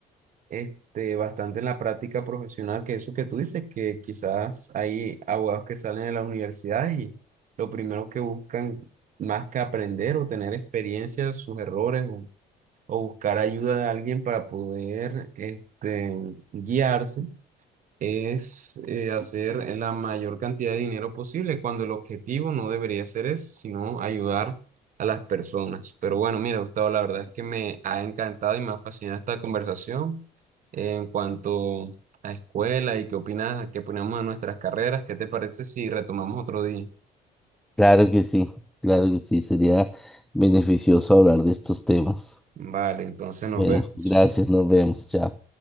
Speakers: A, on the right; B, in the centre.
A: este, bastante en la práctica profesional, que eso que tú dices, que quizás hay abogados que salen de la universidad y lo primero que buscan más que aprender o tener experiencia sus errores o, o buscar ayuda de alguien para poder este, guiarse es eh, hacer la mayor cantidad de dinero posible, cuando el objetivo no debería ser eso, sino ayudar a las personas. Pero bueno, mira, Gustavo, la verdad es que me ha encantado y me ha fascinado esta conversación en cuanto a escuela y qué opinas, qué opinamos de nuestras carreras. ¿Qué te parece si retomamos otro día?
B: Claro que sí, claro que sí, sería beneficioso hablar de estos temas.
A: Vale, entonces nos
B: Bueno,
A: vemos.
B: gracias, nos vemos, chao.